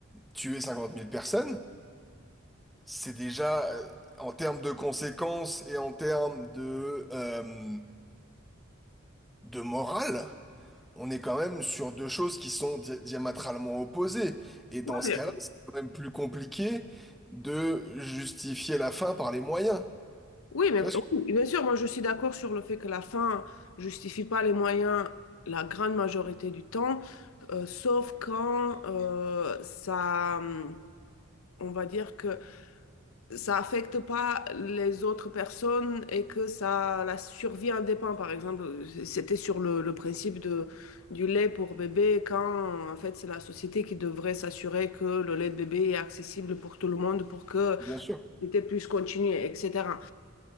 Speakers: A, in the centre; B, on the left.
A: tuer cinquante mille personnes? C'est déjà, euh, en termes de conséquences et en termes de, euh, de morale, on est quand même sur deux choses qui sont dia- diamétralement opposées. Et dans
B: Oui,
A: ce cas-là, c'est quand même plus compliqué de justifier la fin par les moyens.
B: Oui, mais
A: Tu vois ce que...
B: oui, bien sûr, moi je suis d'accord sur le fait que la fin justifie pas les moyens la grande majorité du temps, euh, sauf quand euh, ça, hum, on va dire que ça affecte pas les autres personnes et que ça, la survie en dépend. Par exemple, c'était sur le, le principe de, du lait pour bébé, quand en fait c'est la société qui devrait s'assurer que le lait de bébé est accessible pour tout le monde pour que
A: Bien sûr.
B: c'était puisse continuer, etc.